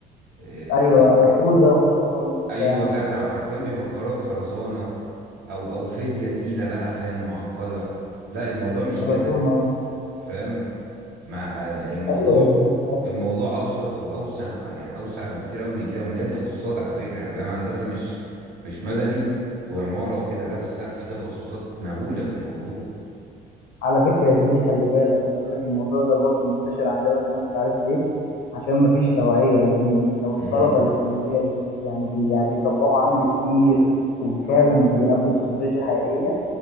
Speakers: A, on the right; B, on the left.
A: إيه،
B: ايوه
A: بي...
B: خوذة وخرسانة وبتاع
A: ايوه جدع حرفيا بيفكروها بخرزانة او او فيزياء تقيله بقى فاهم معقده لا الموضوع مش
B: خرسانة
A: كده فاهم مع الموضوع
B: أيوه يا زميلي،
A: الموضوع ابسط واوسع يعني اوسع بكتير قوي من كده ومليان تخصصات على فكره يعني فاهم هندسه مش مش مدني وعماره وكده بس لا في تخصصات مهوله في الموضوع
B: على فكرة يا زميلي خلي بالك خلي بالك الموضوع ده برضو منتشر عندنا في مصر عارف ليه؟ عشان مفيش توعية يا زميلي لو الطلبة
A: امم
B: اللي في المدارس يعني, بي يعني بيطبقوا عمل كتير وفعلا بيقابلوا تكنولوجيا حقيقية